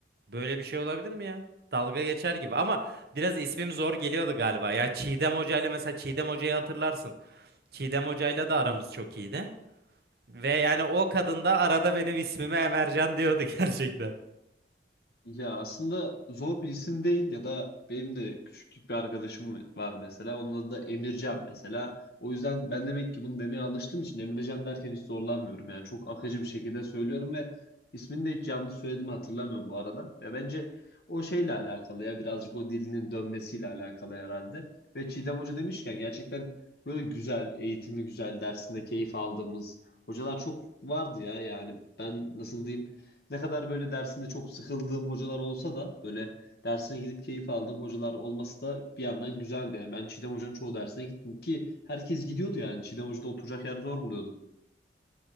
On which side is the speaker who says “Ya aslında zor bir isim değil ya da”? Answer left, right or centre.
Left